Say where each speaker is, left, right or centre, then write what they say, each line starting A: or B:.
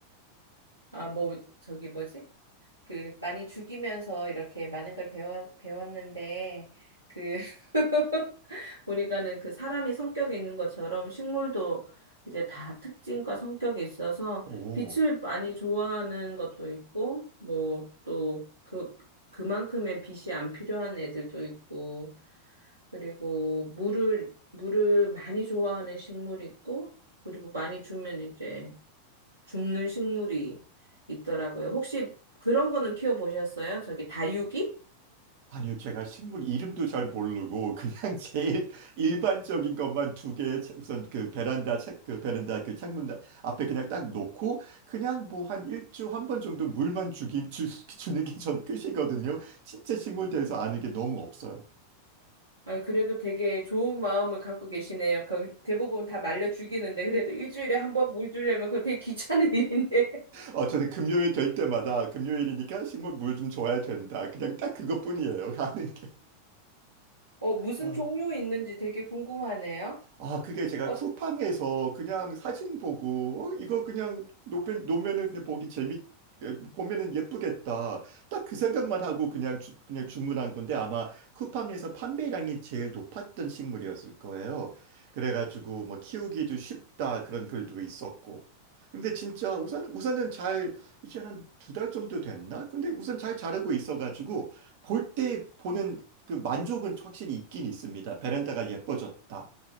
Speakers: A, on the right; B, on the right.
A: 아, 뭐 저기 뭐지? 그 많이 죽이면서 이렇게 많은 걸 배워, 배웠는데 그 <laughs> 보니까는 그 사람이 성격이 있는 것처럼 식물도 이제 다 특징과 성격이 있어서
B: 오.
A: 빛을 많이 좋아하는 것도 있고 뭐 또 그 그만큼의 빛이 안 필요한 애들도 있고 그리고 물을 물을 많이 좋아하는 식물이 있고 그리고 많이 주면 이제 죽는 식물이 있더라고요. 혹시 그런 거는 키워보셨어요? 저기 다육이?
B: 아니요, 제가 식물 이름도 잘 모르고 그냥 <laughs> 제일 일반적인 것만 두 개 우선 그 베란다 책, 그 베란다 그 창문 나- 앞에 그냥 딱 놓고 그냥 뭐 한 일주 한 번 정도 물만 주기 주, 주는 게 전 끝이거든요. 진짜 식물 대해서 아는 게 너무 없어요.
A: 아, 그래도 되게 좋은 마음을 갖고 계시네요. 거기 대부분 다 말려 죽이는데 그래도 일주일에 한번 물 주려면 그거 되게 귀찮은 <laughs> 일인데.
B: 어, 저는 금요일 될 때마다 금요일이니까 식물 물 좀 줘야 된다. 그냥 딱 그것뿐이에요. <laughs> 아는 게.
A: 어, 무슨
B: 어.
A: 종류 있는지 되게 궁금하네요.
B: 아, 그게 제가
A: 어,
B: 쿠팡에서 그냥 사진 보고, 어, 이거 그냥 놓면면은 그냥 보기 재밌, 에, 보면은 예쁘겠다. 딱 그 생각만 하고 그냥, 주, 그냥 주문한 건데 아마 쿠팡에서 판매량이 제일 높았던 식물이었을 거예요. 그래가지고 뭐 키우기도 쉽다 그런 글도 있었고. 근데 진짜 우선, 우선은 잘, 이제 한 두 달 정도 됐나? 근데 우선 잘 자르고 있어가지고 볼 때 보는 그 만족은 확실히 있긴 있습니다. 베란다가 예뻐졌다.